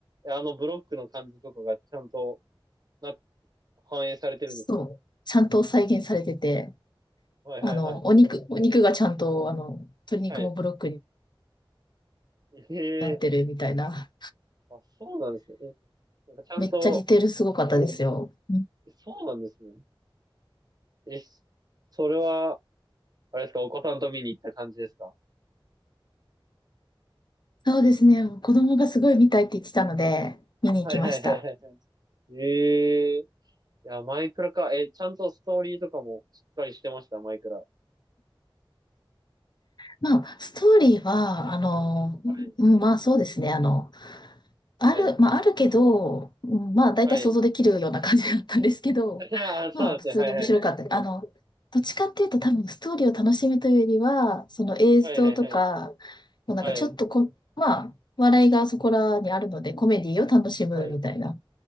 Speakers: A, on the right; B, on the left.
A: あの、ブロックの感じとかがちゃんとな、反映されてるんですか
B: そう、ちゃんと再現されてて、
A: はい、
B: あの、
A: はい、
B: お肉、お肉がちゃんと、あの、鶏肉もブロック
A: はい。えええ
B: なってるみたいな。
A: あ、そうなんですね。え、なんかちゃんと、
B: めっちゃ似てるすごかったですよ。うん
A: えそうなんですね。え、それは、あれですか、お子さんと見に行った感じですか
B: そうですね。もう子供がすごい見たいって言ってたので、見に行きました。
A: はいはいはいはいはい。ええいや、マイクラか。え、ちゃんとストーリーとかもしっかりしてました、マイクラ。
B: まあ、ストーリーは、あの、
A: はい、
B: うんまあそうですね。あの、ある、
A: はい、
B: まああるけど、うんまあ大体想像できるような感じだったんですけど、
A: はい。<laughs> いやー、そうなんですね。
B: まあ普通に面白かった。
A: はいはいはい。
B: あの、どっちかっていうと多分ストーリーを楽しむというよりは、その映像とか、
A: はいはいはい。
B: もうなんかちょっとこ、
A: はい、
B: まあ、笑いがそこらにあるので、コメディを楽しむみたいな。
A: はい。